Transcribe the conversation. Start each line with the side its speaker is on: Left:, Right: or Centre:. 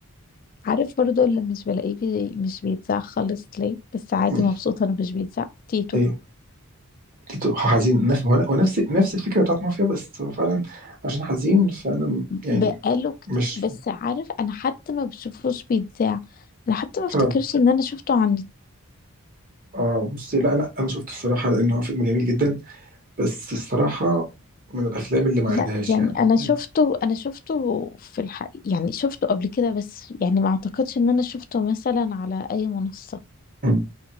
Left: عارف برضو اللي مش بلاقيه بي... مش بيتذاع خالص ليه بس عادي
Right: مم.
Left: مبسوطة انه مش بيتذاع تيتو
Right: ايه تيتو حزين نفس هو هو نفس نفس الفكره بتاعت مافيا بس هو فعلا عشان حزين فانا م- يعني
Left: بقاله كتير
Right: مش
Left: بس عارف انا حتى ما بشوفوش بيتذاع انا حتى ما
Right: فعلا
Left: افتكرش ان انا شفته عن
Right: اه بصي لا لا انا شفته الصراحه لان هو فيلم جميل جدا بس الصراحه من الافلام اللي ما
Left: لا
Right: عادهاش
Left: يعني
Right: يعني
Left: انا شفته
Right: يعني
Left: انا شفته في الحق يعني شفته قبل كده بس يعني ما اعتقدش ان انا شفته مثلا على اي منصة
Right: مم.